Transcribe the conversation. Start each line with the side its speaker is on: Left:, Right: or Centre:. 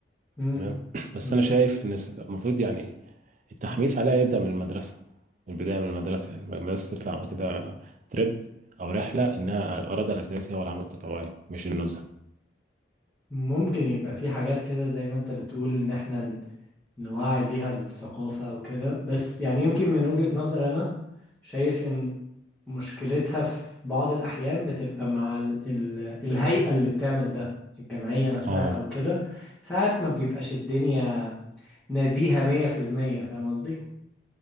Centre: مم.
Right: تمام <clears throat> بس
Centre: بالظبط
Right: انا شايف ان الس- المفروض يعني التحميس عليها يبدأ من المدرسة من البداية من المدرسة يعني المدرسة تطلع كده تريب أو رحلة إنها الغرض الأساسي هو العمل التطوعي مش النزهة
Centre: ممكن يبقى في حاجات كده زي ما انت بتقول ان احنا ن- نوعي بيها الثقافة او كده بس يعني يمكن من وجهة نظر انا شايف ان مشكلتها في بعض الأحيان بتبقى مع ال ال الهيئة اللي بتعمل ده الجمعية نفسها
Right: اه
Centre: أو كده ساعات ما بيبقاش الدنيا نزيهة مية في المية فاهم قصدي؟